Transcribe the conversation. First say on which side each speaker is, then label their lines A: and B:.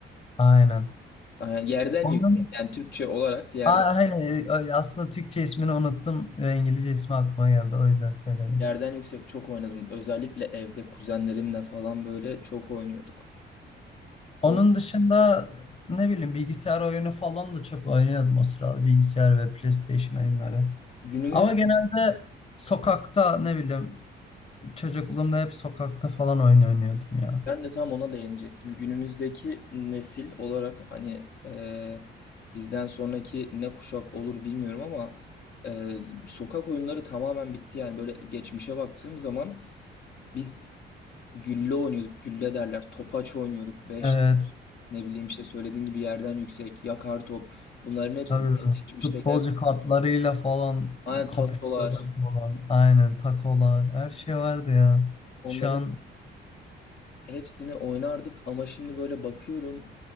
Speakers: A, on the left; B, on the left.
A: Aynen.
B: Yani yerden
A: Onun
B: yüksek. Yani Türkçe olarak yerden,
A: A- aynen e, aslında Türkçe ismini unuttum ve İngilizce ismi aklıma geldi o yüzden söyledim.
B: yerden yüksek çok oynadım. Özellikle evde kuzenlerimle falan böyle çok oynuyorduk. Kol-
A: Onun dışında ne bileyim bilgisayar oyunu falan da çok oynuyordum o sırada bilgisayar ve PlayStation oyunları.
B: Günümüz
A: Ama genelde sokakta ne bileyim Çocukluğumda hep sokakta falan oyun oynuyordum ya.
B: Ben de tam ona değinecektim. Günümüzdeki nesil olarak hani e, bizden sonraki ne kuşak olur bilmiyorum ama e, sokak oyunları tamamen bitti. Yani böyle geçmişe baktığım zaman biz gülle oynuyorduk, gülle derler, topaç oynuyorduk, beş
A: Evet,
B: ne bileyim işte söylediğin gibi yerden yüksek, yakar top. Bunların hepsi
A: tabii.
B: böyle geçmişte.
A: Futbolcu kartlarıyla falan
B: Aynen
A: kapıştırdık
B: tasolar,
A: falan. Aynen takolar her şey vardı ya.
B: onların
A: Şu an
B: hepsini oynardık ama şimdi böyle bakıyorum